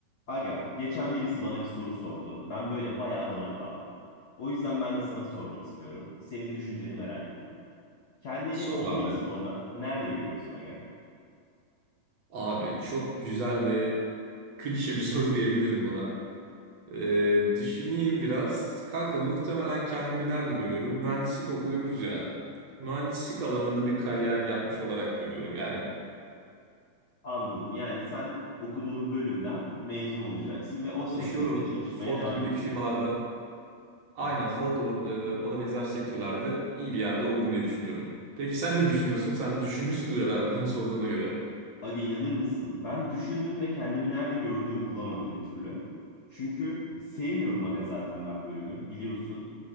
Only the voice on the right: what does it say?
Sor
abi.
Abi çok güzel ve klişe bir <laughs> soru diyebilirim buna. Ee, düşüneyim biraz. Kanka muhtemelen kendimi nerede görüyorum? Mühendislik okuyoruz ya. Mühendislik alanında bir kariyer yapmış olarak görüyorum. Yani
çalışıyor olurum.
Ford
gibi
büyük firmalarda. Aynen
Ford olur. e, ona benzer sektörlerde iyi bir yerde olurum diye düşünüyorum. Peki sen ne düşünüyorsun? Sen düşünmüşsündür herhalde bunu sorduğuna göre.